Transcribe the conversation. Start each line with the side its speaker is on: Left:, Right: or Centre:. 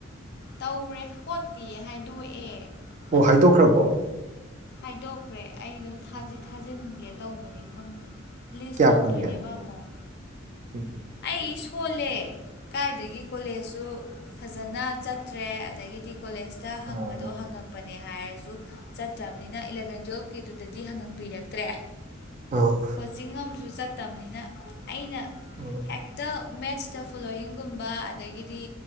Left: ꯇꯧꯔꯦ ꯍꯣꯠꯇꯤꯌꯦ ꯍꯥꯏꯗꯣꯛꯑꯦ
Right: ꯑꯣ
Left: ꯑꯗꯨꯝ
Right: ꯍꯥꯏꯗꯣꯛꯈ꯭ꯔꯕꯣ
Left: ꯍꯥꯏꯗꯣꯛꯈ꯭ꯔꯦ ꯑꯩꯗꯣ ꯊꯥꯗꯤ
Right: ꯑꯣ
Left: ꯊꯥꯖꯤꯟꯒꯦ ꯇꯧꯕꯅꯤ ꯈꯪꯗꯦ ꯂꯤꯁ
Right: ꯀꯌꯥ
Left: ꯊꯣꯛꯇꯣꯏꯅꯦꯕ
Right: ꯐꯪꯒꯦ
Left: ꯑꯃꯨꯛ
Right: ꯎꯝ
Left: ꯑꯩ ꯁꯣꯜꯂꯦ ꯀꯥꯏꯗꯒꯤ ꯀꯣꯂꯦꯖꯁꯨ ꯐꯖꯅ ꯆꯠ__ ꯇ꯭ꯔꯦ ꯑꯗꯒꯤꯗꯤ ꯀꯣꯂꯦꯖꯇ ꯍꯪꯕꯗꯣ
Right: ꯑꯥ
Left: ꯍꯪꯉꯛ__ ꯄꯅꯦ ꯍꯥꯏꯔꯁꯨ ꯆꯠꯇ꯭ꯔꯝꯅꯤꯅ ꯏꯂꯚꯦꯟ ꯇꯨꯌꯦꯜꯞꯀꯤꯗꯨꯗꯗꯤ ꯍꯪꯍꯟꯕꯤꯔꯛꯇ꯭ꯔꯦ
Right: ꯑꯣ
Left: ꯀꯣꯆꯤꯡ ꯑꯝꯖꯨ ꯆꯠꯇꯝꯅꯤꯅ ꯑꯩꯅ
Right: ꯎꯝ
Left: ꯍꯦꯛꯇ ꯃꯦꯠꯁꯇ ꯐꯣꯂꯣꯋꯤꯡꯒꯨꯝꯕ ꯑꯗꯒꯤꯗꯤ